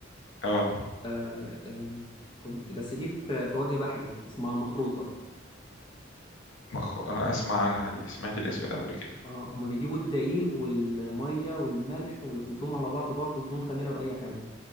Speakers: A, on the left (about 80°); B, on the left (about 25°).
A: اه
B: آه آه كنت بس دي في في وجه بحري اسمها المخروطة
A: مخ... انا اسمع عنها دي سمعت الاسم ده قبل كده
B: اه هما بيجيبوا الدقيق والمية والملح ويخلطوهم على بعض برضو بدون خميرة أو أي حاجة